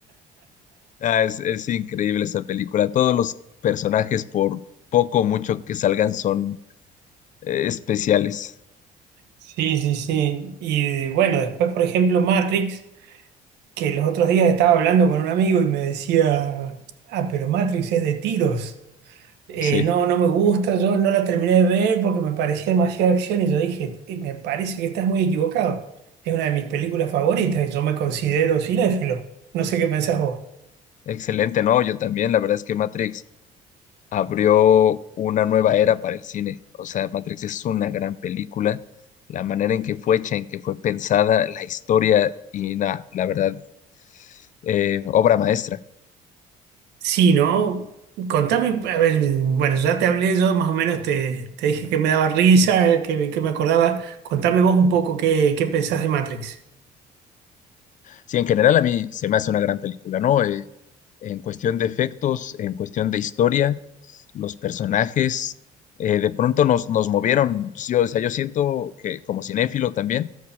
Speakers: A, on the left; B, on the right.
A: Ah, es, es increíble esa película. Todos los personajes, por poco o mucho que salgan, son eh, especiales.
B: Sí, sí, sí. Y bueno, después, por ejemplo, Matrix, que los otros días estaba hablando con un amigo y me decía, ah, pero Matrix es de tiros. Eh,
A: Sí,
B: no, no me gusta, yo no la terminé de ver porque me parecía demasiada acción y yo dije, "Eh, me parece que estás muy equivocado. Es una de mis películas favoritas y yo me considero cinéfilo. No sé qué pensás vos.
A: excelente, ¿no? Yo también, la verdad es que Matrix abrió una nueva era para el cine. O sea, Matrix es una gran película. La manera en que fue hecha, en que fue pensada, la historia y nada, la verdad, eh, obra maestra.
B: Sí, ¿no? Contame, a ver, bueno, ya te hablé yo, más o menos te, te dije que me daba risa, que, me que me acordaba. Contame vos un poco qué, qué pensás de Matrix.
A: Sí, en general a mí se me hace una gran película, ¿no? Eh, en cuestión de efectos, en cuestión de historia, los personajes, eh, de pronto nos, nos movieron. Yo, o sea, yo siento que como cinéfilo también,